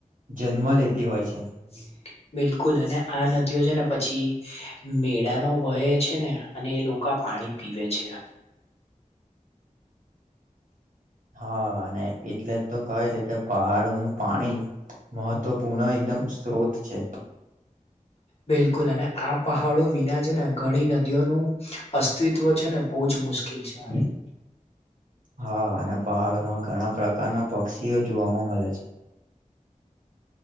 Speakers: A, on the right; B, on the left.
A: જન્મ લેતી હોય છે.
B: <inaudible> બિલકુલ અને આ નદીઓ છે ને પછી મેડાનો ભય છે ને અને એ લોકા પાણી પીવે છે.
A: <inaudible> હા અને એટલે જ તો કહે છે કે પહાડોનું પાણી મહત્વપૂર્ણ એકદમ સ્ત્રોત છે.
B: બિલકુલ અને આ પહાડો વિના છે ને ઘણી નદીઓનું અસ્તિત્વ છે ને બો જ મુશ્કિલ છે <unintelligible>
A: હા અને પહાડોમાં ઘણા પ્રકારના પક્ષીઓ જોવાવામાં મલે છે.